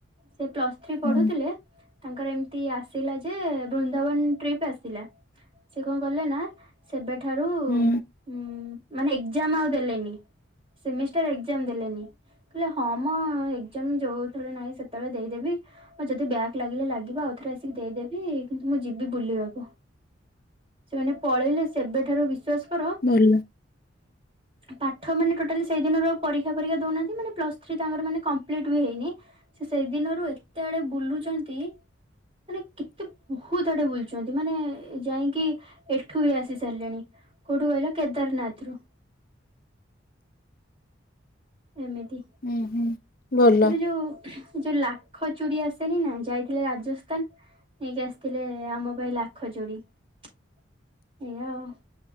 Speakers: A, on the right; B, on the left.
A: ସେ ପ୍ଲସ୍ ଥ୍ରୀ ପଢୁଥିଲେ
B: ହୁଁ
A: ତାଙ୍କର ଏମିତି ଆସ ଯେ ବୃନ୍ଦାବନ ଟ୍ରିପ ଆସିଲା ସେ କଣ କଲେ ନା। ଠାରୁ
B: ହୁଁ
A: ହ ମାନେ ଏକ୍ଜାମ ଆଉ ଦେଲେନି ସେମିଷ୍ଟାର ଏକ୍ଜାମ ଦେଲେନି। କହିଲେ ହଁ ମଁ ଏଜାମ ଯୋଉ ଳେ ନହିଁ ସେତେବେଳେ ଦେଇଦେବି ଆଉ ଯଦି ବ୍ୟାଗ ଲାଗିଲେ ଲାଗିବ ଆଉଥରେ। ଦେଇଦେବି କିନ୍ତୁ ମୁଁ ଯିବି ବୁଲିବାକୁ ସେମାନେ ପଳେଇଲେ ସେବେଠାରୁ ବିଶ୍ୱାସ କର
B: ଭଲ।
A: ପାଠ ମାନେ ଟୋଟାଲି ସେଇ ଦିନରୁ ପରୀକ୍ଷା ପରୀକ୍ଷା ଦଉନାହାନ୍ତି ମାନେ ପ୍ଲସ ଥ୍ରୀ ତାଙ୍କର ମାନେ କମ୍ପ୍ଲିଟ ବି ହେଇନି ସେ ସେଇଦିନରୁ ଏତେ ବଡ ବୁଲୁଛନ୍ତି। ମାନେ କେତେ ବହୁତ ଆଡେ ବୁଲୁଛନ୍ତି ମାନେ ଯାଇକି ଏଠୁ ଆସି ସାରିଲେଣି କୋଉଠୁ କହିଲ କେଦାରନାଥରୁ। ଏମିତି
B: ହୁଁ ହୁଁ ଭଲ
A: ଏବେ ଯୋଉ ହୁଇ ଯୋଉ ଲାଖ ଚୁଡ଼ି ଆସେନି ନା ଯାଇଥିଲେ ରାଜସ୍ଥାନ ନେଇକି ଆସିଥିଲେ ଆମ ପାଇଁ ଲାଖ ଚୁଡ଼ି ଏଇଆ ଆଉ।